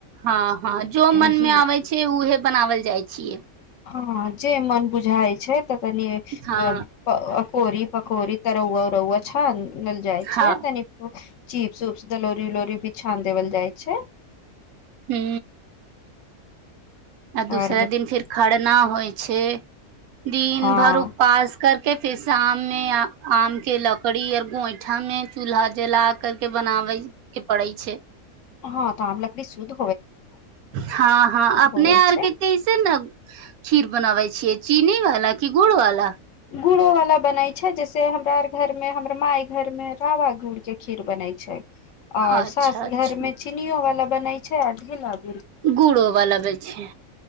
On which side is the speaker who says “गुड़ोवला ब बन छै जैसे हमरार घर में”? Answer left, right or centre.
Left